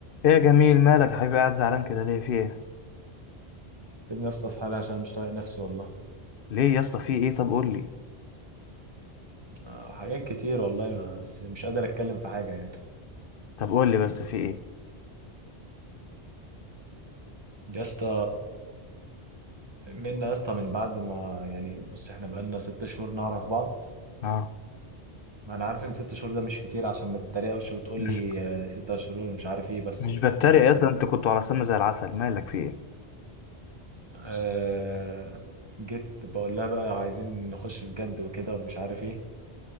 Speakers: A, on the left (about 60°); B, on the right (about 25°).
A: ايه يا جميل مالك يا حبيبي قاعد زعلان كده ليه في ايه
B: سيب نفسي في حالي عشان مش طايق نفسي والله
A: ليه يا اسطى في ايه طب قول لي
B: آه، حاجات كتير والله بس مش قادر اتكلم في حاجه يعني
A: طب قول لي بس في ايه
B: يا اسطى منا يا اسطى من بعد ما يعني بص احنا بقالنا ست شهور نعرف بعض
A: اه
B: ما انا عارف ان ست شهور ده مش كتير عشان ما تتريقش وتقول
A: مش
B: لي آه، ست شهور مش عارف ايه بس
A: مش بتريق
B: بس
A: يا اسطى انت كنت على سم زي العسل مالك في ايه
B: آه جيت بقول لها بقى عايزين نخش في جد وكده ومش عارف ايه